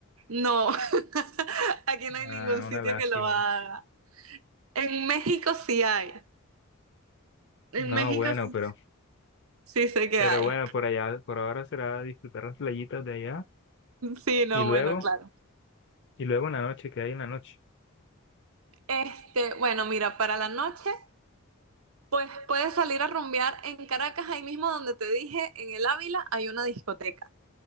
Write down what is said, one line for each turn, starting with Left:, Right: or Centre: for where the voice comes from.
Right: No, <laughs> aquí no hay ningún
Left: Ah,
Right: sitio
Left: una lástima.
Right: que lo haga. En México sí hay. En
Left: No,
Right: México
Left: bueno,
Right: sí,
Left: pero,
Right: sí sé que
Left: pero
Right: hay.
Left: bueno, por allá, por ahora será disfrutar las playitas de allá
Right: Sí, no,
Left: y luego,
Right: bueno, claro.
Left: y luego en la noche, que hay en la noche?
Right: Este, bueno, mira, para la noche, pues puedes salir a rumbear en Caracas, ahí mismo donde te dije, en el Ávila hay una discoteca.